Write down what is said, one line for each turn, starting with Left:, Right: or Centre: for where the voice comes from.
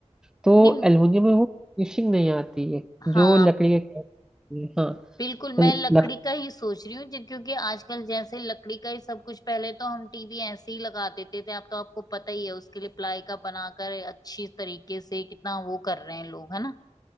Centre: तो
Left: नहीं
Centre: एल्युमिनियम में वो फिनिशिंग नहीं आती है
Left: हाँ
Centre: जो लकड़ी के करवाते हैं। हाँ
Left: बिल्कुल मैं
Centre: तो
Left: लकड़ी
Centre: लक,
Left: का ही सोच रही हूँ जे- क्योंकि आजकल जैसे लकड़ी का ही सब कुछ पहले तो हम टीवी ऐसे ही लगा देते थे अब तो आपको पता ही है उसके लिए प्लाई का बनाकर अच्छी तरीके से कितना वो कर रहे हैं लोग है ना